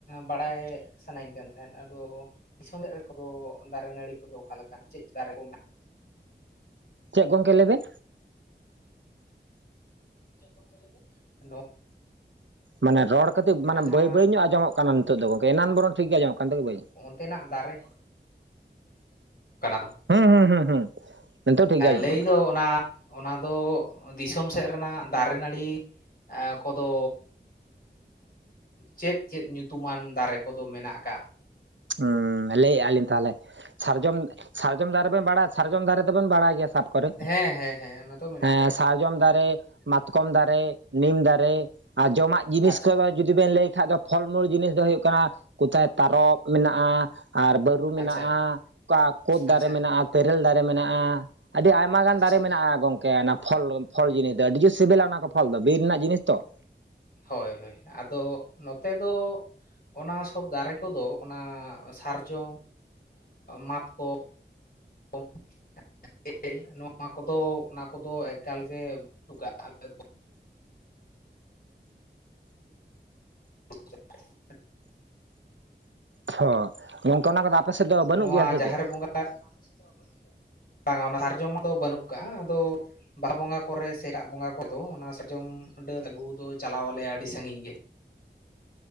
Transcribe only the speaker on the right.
ᱪᱮᱫ ᱜᱚᱝᱠᱮ ᱞᱟᱹᱭ ᱵᱮᱱ?
ᱢᱟᱱᱮ ᱨᱚᱲ ᱠᱟᱛᱮᱫ ᱢᱟᱱᱮ
ᱵᱟᱹᱭ ᱵᱟᱹᱭ ᱧᱚᱜ ᱟᱸᱡᱚᱢᱚᱜ ᱠᱟᱱᱟ, ᱱᱤᱛᱚᱜ ᱫᱚ ᱜᱚᱝᱠᱮ ᱮᱱᱟᱝ ᱵᱚᱱ ᱴᱷᱤᱠ ᱜᱮ ᱟᱸᱢᱚᱜ ᱠᱟᱱ ᱛᱮᱜᱮ <unintelligible>
ᱦᱮᱸ ᱦᱩᱸ ᱦᱩᱸ ᱦᱩᱸ ᱱᱤᱛᱚᱜ ᱴᱷᱤᱠ ᱜᱮ ᱟᱸᱡᱚᱢᱚᱜ
ᱠᱟᱱᱟ
ᱩᱸ ᱞᱟᱹᱭᱮᱜ-ᱟ ᱞᱤᱧ ᱛᱟᱦᱚᱞᱮ ᱥᱟᱨᱡᱚᱢ ᱥᱟᱨᱡᱚᱢ ᱫᱟᱨᱮ ᱵᱮᱱ ᱵᱟᱲᱟᱭ ᱥᱟᱨᱡᱚᱢ ᱫᱟᱨᱮ ᱫᱚ ᱵᱮᱱ ᱵᱟᱲᱟᱭ ᱜᱮᱭᱟ, ᱥᱟᱛ ᱠᱚᱨᱮ
ᱦᱮᱸ
ᱥᱟᱨᱡᱚᱢ ᱫᱟᱨᱮ ᱢᱟᱛᱠᱚᱢ ᱫᱟᱨᱮ ᱱᱤᱢ ᱫᱟᱨᱮ ᱟᱨ ᱡᱚᱢᱟᱜ ᱡᱤᱱᱤᱥ
ᱠᱚᱫᱚ ᱡᱩᱫᱤ ᱵᱮᱱ ᱞᱟᱹᱭ ᱠᱷᱟᱡ ᱫᱚ ᱯᱷᱚᱞ ᱢᱩᱞ ᱡᱤᱱᱤᱥ ᱫᱚ ᱦᱩᱭᱩᱜ ᱠᱟᱱᱟ ᱠᱩᱛᱷᱟᱭ ᱛᱟᱨᱚ ᱢᱮᱱᱟᱜᱼᱟ ᱟᱨ ᱵᱟᱹᱨᱩ ᱢᱮᱱᱟᱜᱼᱟ,
ᱚᱠᱟ ᱠᱳᱫᱽ ᱫᱟᱨᱮ
ᱢᱮᱱᱟᱜ ᱛᱮᱨᱮᱞ ᱫᱟᱨᱮ ᱢᱮᱱᱟᱜ-ᱟ, ᱟᱹᱰᱤ ᱟᱭᱢᱟ ᱜᱟᱱ
ᱫᱟᱨᱮ ᱢᱮᱱᱟᱜ-ᱟ ᱜᱚᱝᱠᱮ ᱚᱱᱟ ᱯᱷᱚᱞ ᱯᱷᱚᱞ ᱡᱤᱱᱤᱥ ᱫᱚ ᱟᱹᱰᱤ ᱡᱳᱨ ᱥᱤᱵᱤᱞᱟ ᱚᱱᱟ ᱠᱚ ᱯᱷᱚᱞ ᱫᱚ ᱵᱤᱨ ᱨᱮᱱᱟᱜ ᱡᱤᱱᱤᱥ ᱛᱚ ᱾
ᱛᱷᱚ ᱱᱚᱝᱠᱟ ᱚᱱᱟ ᱠᱚᱫᱚ ᱟᱯᱮ ᱥᱮᱫ ᱫᱚ ᱵᱟᱹᱱᱩᱜ
ᱜᱮᱭᱟ ᱥᱮ ᱪᱮᱫ?